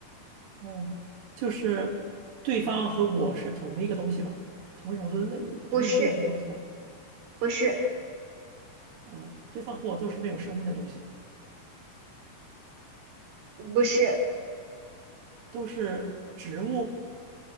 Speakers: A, on the right; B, on the right.
A: 哦，就是对方和我是同一个东西吗？同一种类同一种类型的东西吗？
B: 不是，不是，
A: 哦，对方和我都是没有生命的东西，
B: 不是，
A: 都是植物，